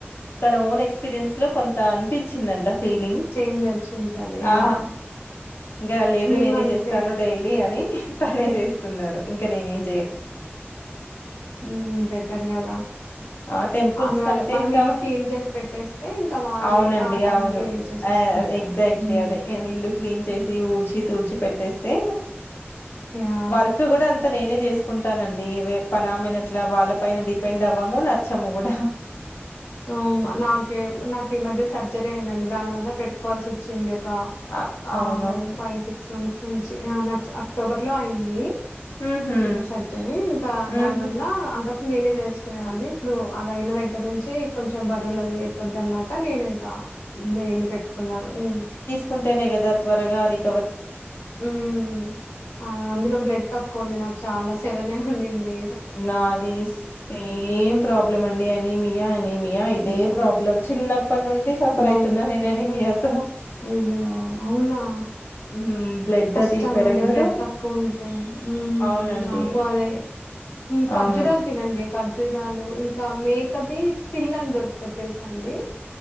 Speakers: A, on the left (about 55°); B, on the left (about 85°).
A: తన ఓన్ ఎక్స్పీరియన్స్ లో కొంత అనిపించిందంట ఫీలింగ్
B: చేంజ్ వచ్చుంటది. యాహ్!
A: ఆ ఇంకా లేదు
B: మేమంతే
A: నేనే చేస్తాను డైలీ అని తనే చేస్తున్నారు ఇంకా నేన్ ఏం
B: ఊ బెటర్ కదా
A: ఆ టెంపుల్స్
B: అది వాళ్ళ
A: కంటే
B: మనం
A: ఇంకా,
B: ఇల్లు క్లీన్ చేసి పెట్టేస్తే ఇంకా వాళ్ళే
A: అవునండి
B: ఆ టైంకి
A: అవును
B: చేసేసుకుంటారు.
A: ఎగ్జాక్ట్లీ
B: హ్మ్.
A: అదే ఇల్లు క్లీన్ చేసి ఊడ్చి తూడ్చి పెట్ తెస్తే
B: యాహ్!
A: వర్క్ కూడా అం నేనే చేసుకుంటానండి పనామైనట్ల వాళ్ళ పైన డిపెండ్ మము నచ్చము గుడ
B: ఊ హ నాకే నాకీ ఇ మధ్య సర్జరీ అయిందండి దాని వల్ల పెట్టుకోవాల్సి వోచ్చింది ఒక
A: ఆ
B: అ
A: అవునవును
B: ఫైవ్ సిక్స్ మంథ్స్ మంచి ఆ నాక్స్ అక్టోబర్ లో ఐయింది
A: ఉహూ
B: చిన్న సర్జరి ఇంకా దాని
A: ఉహూ
B: వల్ల అంత నేనే చేసుకునేదాన్ని ఇప్పుడు అలా అయిన దగ్గర్ నుంచి కొంచెం బరువులు అది ఎత్తోదన్నార్ కాన్ నేనింకా మెయిడ్ ని పెట్టుకున్నాను ఇన్
A: కుంటేనే కదా త్వరగా రిక్
B: ఉమ్ ఆ అందులో బ్లడ్ తక్కువ ఉంది నాకు చాలా సెవనె హుండింది
A: నాది సేమ్ ప్రాబ్లం అండి అనిమీయా అనిమీయా ఇదే
B: అయ్యో!
A: ప్రాబ్లమ్ చిన్ న్నప్పట్ నుండి సఫర్
B: మా
A: అయితున్నా నేను అనిమీయాతో
B: అయ్యో అవునా
A: హ్మ్ బ్లడ్
B: కష్టం
A: అది పెరగదు
B: అండి బ్లడ్ తక్కువ ఉంటే. ఉమ్మ్మ్
A: అవునండి
B: నాకు అదే ఉ ఖర్జురాలు
A: అవును
B: తినండి ఖర్జ్ జురాలు ఇంకా మేకది తిల్లన్ దొరుకుతది తెలుసా అండి